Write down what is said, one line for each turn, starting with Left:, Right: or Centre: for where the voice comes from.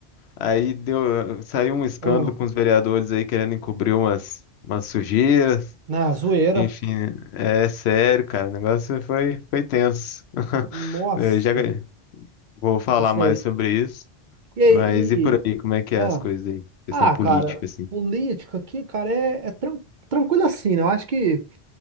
Left: Aí deu, saiu um escândalo
Right: Ah,
Left: com os vereadores aí querendo encobrir umas, umas sujeiras.
Right: na zoeira.
Left: Enfim, é sério, cara. O negócio foi, foi tenso. <laughs>
Right: Nossa,
Left: Eu já vou falar
Right: isso
Left: mais
Right: aí.
Left: sobre isso.
Right: E aí,
Left: Mas e por
Right: e...
Left: aí, como é que
Right: Ah,
Left: é as coisas aí? Questão
Right: ah,
Left: política,
Right: cara,
Left: assim.
Right: política aqui, cara, é, é tran- tranquilo assim, né? Eu acho que